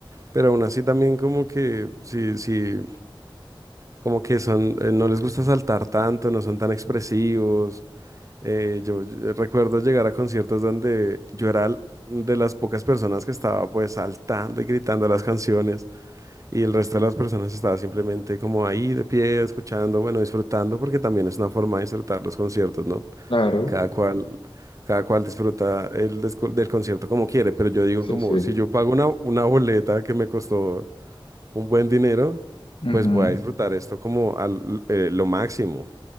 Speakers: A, on the right; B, on the left.
A: pero aún así también como que sí, sí, como que son, eh, no les gusta saltar tanto, no son tan expresivos. Eh, yo, yo eh, recuerdo llegar a conciertos donde yo era l- de las pocas personas que estaba pues saltando y gritando las canciones y el resto de las personas estaba simplemente como ahí de pie, escuchando, bueno, disfrutando, porque también es una forma de disfrutar los conciertos, ¿no?
B: Claro,
A: Cada cual, cada cual disfruta el desco- del concierto como quiere, pero yo digo
B: sí,
A: como,
B: sí.
A: si yo pago una, una boleta que me costó un buen dinero,
B: Ujú,
A: pues voy a disfrutar esto como al, eh, lo máximo.